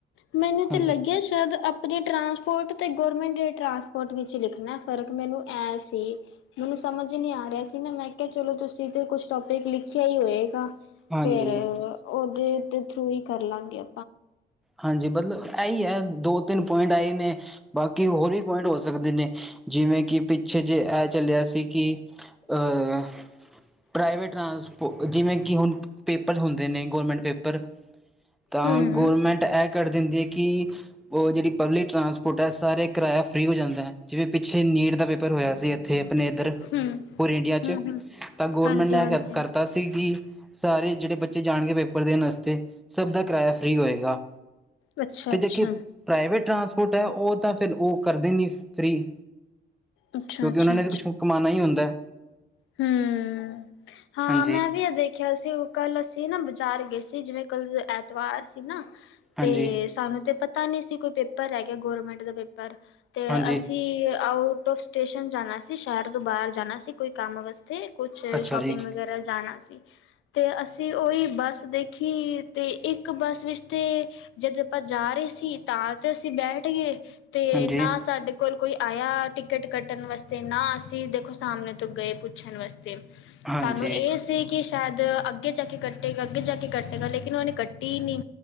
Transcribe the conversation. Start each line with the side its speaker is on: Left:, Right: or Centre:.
Left: ਮੈਨੂੰ ਤੇ
Centre: ਹਾਂਜੀ
Left: ਲੱਗਿਆ ਸ਼ਾਇਦ--ਆ ਦੀ ਟਰਾਂਸਪੋਰਟ ਅਤੇ ਗੌਰਮੈਂਟ ਦੇ ਟਰਾਂਸਪੋਰਟ ਵਿੱਚ ਦਿਖਣਾ ਫ਼ਰਕ ਮੈਨੂੰ ਐ, ਸੀ। ਮੈਨੂੰ ਸਮਝ ਨਈ ਆ ਰਿਹਾ ਸੀ, ਨਾ ਮੈਂ ਕਿਹਾ ਚਲੋ ਤੁਸੀਂ ਤੇ ਕੁਛ ਟੋਪਿਕ ਲਿਖਿਆ ਈ ਹੋਏਗਾ
Centre: ਹਾਂਜੀ
Left: ਫੇਰ ਓਹਦੇ ਥਰੂ ਹੀ ਕਰ ਲਾਂਗੇ ਆ
Centre: ਹਾਂਜੀ ਮਤਲਬ ਏ, ਈ, ਆ, ਦੋ ਤਿੰਨ ਪੁਆਇੰਟ ਏਹੀ ਨੇ ਬਾਕੀ ਹੋਰ ਵੀ ਪੁਆਇੰਟ ਹੋ ਸਕਦੇ ਨੇ, ਜਿਵੇਂ ਕਿ ਪਿੱਛੇ ਜੇ ਏ ਚੱਲੇਆ ਸੀ ਕਿ ਅਹ--ਪ੍ਰਾਈਵੇਟ ਟਰਾਂਸਪੋ ਜਿਵੇਂ ਕਿ ਹੁਣ ਪੇਪਰ ਹੁੰਦੇ ਨੇ, ਗੌਰਮੈਂਟ ਪੇਪਰ ਤਾਂ
Left: ਹੂੰ
Centre: ਗੌਰਰਮੈਂਟ ਏ ਕੱਢ ਦਿੰਦੀ ਕਿ ਉਹ ਜੇਹੜੀ ਪਬਲਿਕ ਟਰਾਂਸਪੋਰਟ ਏ, ਸਾਰੇ ਕਿਰਾਇਆ ਫਰੀ ਹੋ ਜਾਂਦਾ ਆ, ਜਿਵੇਂ ਪਿੱਛੇ ਨੀਟ ਦਾ ਪੇਪਰ ਹੋਇਆ ਸੀ, ਤੇ ਆਪਣੇ ਏਧਰ
Left: ਹੂੰ
Centre: ਪੂਰੇ ਇੰਡੀਆ
Left: ਹੂੰ
Centre: ਚ
Left: ਹੂੰ
Centre: ਤਾਂ ਗੌਰਮੈਂਟ
Left: ਹਾਂਜੀ
Centre: ਏ
Left: ਹਾਂਜੀ
Centre: ਕਰ-ਕਰਤਾ
Left: ਹੂੰ
Centre: ਸੀਂ, ਕਿ ਸਾਰੇ ਜੇਹੜੇ ਬੱਚੇ ਜਾਣਗੇ, ਪੇਪਰ ਦੇਣ ਵਾਸਤੇ ਸਭ ਦਾ ਕਰਾਇਆ ਫ੍ਰਰੀ ਹੋਏਗਾ
Left: ਅੱਛਾ
Centre: ਤੇ
Left: ਅੱਛਾ
Centre: ਜ ਪ੍ਰਾਈਵੇਟ ਟਰਾਂਸਪੋਰਟ ਏ, ਉਹ ਤਾਂ ਫੇਰ ਉਹ ਕਰਦੇ ਨੀ ਫ੍ਰਰੀ
Left: ਅੱਛਾ
Centre: ਕਿਓਕਿ
Left: ਅੱਛਾ
Centre: ਓਹਨਾਂ ਨੇ ਤਾਂ ਕੁਛ ਕਮਾਣਾ ਈ ਹੁੰਦਾ
Left: ਹਮ--' ਹਾਂ,
Centre: ਹਾਂਜੀ
Left: ਮੈਂ ਵੀ ਏਹਦੇ ਈ, ਦੇਖਿਆ ਸੀ ਓਹ ਕੱਲ ਅਸੀਂ ਨਾ ਬਾਜ਼ਾਰ ਗਏ ਸੀ, ਜਿਵੇਂ ਕੱਲ ਐਤਵਾਰ ਸੀ ਨਾ
Centre: ਹਾਂਜੀ
Left: ਤੇ ਸਾਨੂੰ ਤੇ ਪਤਾ ਨਈ ਸੀ ਕੋਈ ਪੇਪਰ ਹੈਗੇ, ਗੌਰਮੈਂਟ ਦਾ ਪੇਪਰ ਤੇ
Centre: ਹਾਂਜੀ
Left: ਅਸੀਂ ਆਊਟ ਔਫ ਸਟੇਸ਼ਨ ਜਾਣਾ ਸੀ ਸ਼ਹਿਰ ਤੋਂ ਬਾਹਰ ਜਾਣਾ ਸੀ ਕੋਈ ਕੰਮ ਵਾਸਤੇ ਕੁਛ
Centre: ਅੱਛਾ
Left: ਸ਼ੋਪ
Centre: ਜੀ
Left: ਕਰਨ ਜਾਣਾ ਸੀ। ਤੇ ਅਸੀਂ ਓਹੀ ਬੱਸ ਦੇਖੀ ਤੇ ਇੱਕ ਬੱਸ ਵਿੱਚ ਤੇ ਜਦ ਆਪਾਂ ਜਾ ਰਹੇ ਸੀ, ਤਾਂ ਤੇ ਅਸੀਂ ਬੈਠ ਗਏ ਤੇ
Centre: ਹਾਂਜੀ
Left: ਨਾ ਸਾਡੇ ਕੋਲ -ਕੋਈ ਆਇਆ ਟਿਕਟ ਕੱਟਣ ਵਾਸਤੇ, ਨਾ ਅਸੀਂ ਦੇਖੋ ਸਾਹਮਣੇ ਤੋਂ ਗਏ ਪੁੱਛਣ ਵਾਸਤੇ।
Centre: ਹਾਂਜੀ
Left: ਸਾਨੂੰ ਏ ਸ ੇਸੀ ਕਿ ਸ਼ਾਇਦ ਅੱਗੇ ਜਾ ਕੇ ਕੱਟੇਗਾ- ਅੱਗੇ ਜਾ ਕੇ ਕੱਟਗਾ ਲੇਕਿਨ ਓਹਨੇ ਕੱਟੀ ਈ ਨਈ।